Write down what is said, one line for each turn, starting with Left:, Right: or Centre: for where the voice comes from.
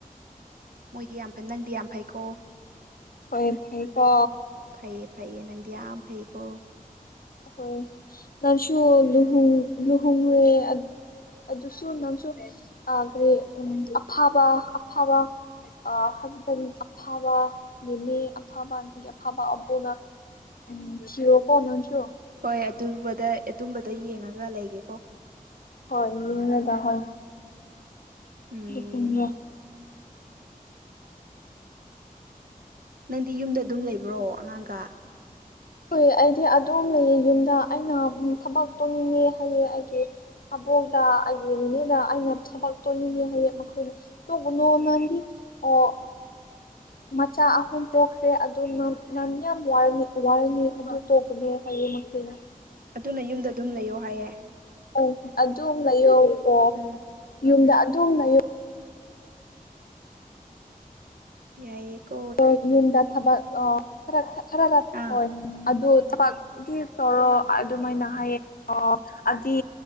Right: ꯃꯣꯏꯗꯤ ꯌꯥꯝ ꯐꯩ ꯅꯪꯗꯤ ꯌꯥꯝ ꯐꯩꯀꯣ
Left: ꯍꯣꯏ ꯐꯩꯀꯣ
Right: ꯐꯩꯌꯦ ꯐꯩꯌꯦ ꯅꯪꯗꯤ ꯌꯥꯝꯅ ꯐꯩꯌꯦꯀꯣ
Left: ꯍꯣꯏ ꯅꯪꯁꯨ ꯂꯨꯍꯨꯡ ꯂꯨꯍꯣꯡꯉꯨꯔꯦ ꯑꯗꯨꯁꯨ ꯅꯪꯁꯨ ꯑꯥ ꯀꯔꯤ ꯎꯝ ꯑꯐꯕ ꯑꯐꯕ ꯑꯥ <unintelligible> ꯑꯐꯕ ꯅꯦꯅꯦ ꯑꯐꯥꯕ ꯅꯒꯤ ꯑꯐꯥꯕ ꯑꯃꯛ ꯍꯧꯅ ꯎꯝ ꯁꯤꯔꯣ ꯀꯣꯅꯁꯨ
Right: ꯍꯣꯏ ꯑꯗꯨꯝꯕꯗ ꯑꯗꯨꯝꯕꯗ ꯌꯦꯡꯉꯒ ꯂꯩꯒꯦꯀꯣ
Left: ꯍꯣꯏ ꯌꯦꯡꯉꯒ ꯍꯣꯏ
Right: ꯎꯝ
Left: <unintelligible>
Right: ꯅꯪꯗꯤ ꯌꯨꯝꯗ ꯑꯗꯨꯝ ꯂꯩꯕ꯭ꯔꯣ ꯑꯉꯥꯡꯒ
Left: ꯍꯨꯏ ꯑꯩꯗꯤ ꯑꯗꯨꯝ ꯂꯩꯌꯦ ꯌꯨꯝꯗ ꯑꯩꯅ ꯊꯕꯛ ꯇꯧꯅꯤꯡꯉꯦ ꯍꯥꯏꯌꯦ ꯑꯩꯒꯤ ꯑꯕꯣꯛꯇ ꯑꯩꯒꯤ ꯅꯤꯅꯦꯅ ꯑꯩꯅ ꯊꯕꯛ ꯇꯧꯅꯤꯡꯉꯦ ꯍꯌꯦꯡ ꯃꯈꯣꯏꯅ ꯇꯣꯒꯣꯅꯣ <unintelligible> ꯑꯣ ꯃꯆꯥ ꯑꯍꯨꯝ ꯄꯣꯛꯈ꯭ꯔꯦ ꯑꯗꯨ ꯅꯪ ꯅꯪ ꯌꯥꯝ ꯋꯥꯌꯦ ꯋꯥꯌꯦꯅꯦ ꯑꯗꯨ ꯇꯛꯄꯅꯦ ꯍꯌꯦꯡ <unintelligible>
Right: ꯑꯗꯨꯅ ꯌꯨꯝꯗ ꯑꯗꯨꯝ ꯂꯩꯌꯣ ꯍꯥꯏꯌꯦ
Left: ꯑꯣ ꯑꯗꯨꯝ ꯂꯩꯌꯣ ꯑꯣ
Right: ꯎꯝ
Left: ꯌꯨꯝꯗ ꯑꯗꯨꯝ ꯂꯩꯌꯣ
Right: ꯌꯥꯏꯌꯦ ꯀꯣ
Left: ꯍꯣꯏ ꯌꯨꯝꯗ ꯊꯕꯛ ꯑꯣ ꯈꯔ ꯈꯥ ꯈꯔ ꯈꯔ
Right: ꯑꯥ
Left: ꯍꯣꯏ ꯑꯗꯨ ꯊꯕꯛ ꯗꯤ ꯇꯔꯣ ꯑꯗꯨꯃꯥꯏꯅ ꯍꯥꯏꯌꯦ ꯍꯥꯏꯗꯤ